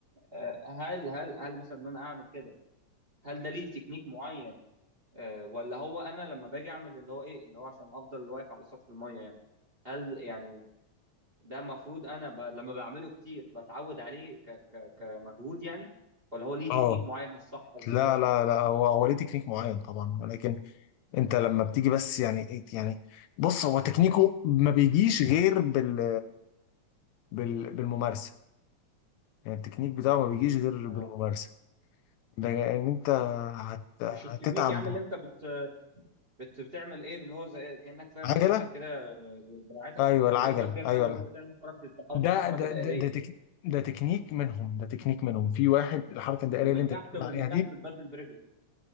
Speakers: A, on the right; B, on the left.
A: آه، هل هل هل مثلا ان انا اعمل كده هل ده ليه تكنيك معين آه، ولا هو انا لما باجي اعمل اللي هو ايه اللي هو عشان افضل واقف على سطح الميه يعني هل يعني ده المفروض انا ب... لما بعمله كتير بتعود عليه ك... ك... كمجهود يعني ولا هو ليه
B: اه
A: تكنيك معين الصح اللي
B: لا
A: هو
B: لا لا هو هو ليه تكنيك معين طبعا ولكن انت لما بتيجي بس يعني ايه يعني بص هو تكنيكه ما بيجيش غير بال بال بالممارسه يعني التكنيك بتاعه ما بيجيش غير
A: آه.
B: بالممارسه ده ان انت هت هتتعب
A: مش التكنيك يا عم اللي انت بت... بت بتعمل ايه اللي هو زي إيه، كانك فاهم
B: عجله
A: بتفتح كده دراعتك
B: ايوه العجله
A: وتفضل كده فاهم
B: ايوه
A: اللي
B: لا.
A: هو تعمل حركه الت- حركه
B: ده
A: الت- حركه
B: ده
A: دائريه
B: ده ده, تك...
A: كده
B: ده تكنيك منهم ده تكنيك منهم في واحد الحركه الدائريه
A: ومن
B: اللي انت
A: تحت
B: بتقول
A: ومن
B: عليها دي
A: تحت بتبدل برجلك